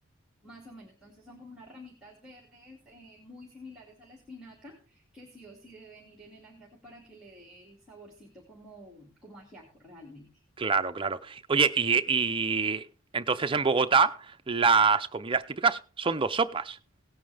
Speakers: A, in the centre; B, on the right.
A: Más o menos, entonces son como unas ramitas verdes eh, muy similares a la espinaca que sí o sí deben ir en el ajiaco para que le dé el saborcito como, como ajiaco realmente.
B: claro, claro. Oye, y, y entonces en Bogotá las comidas típicas son dos sopas.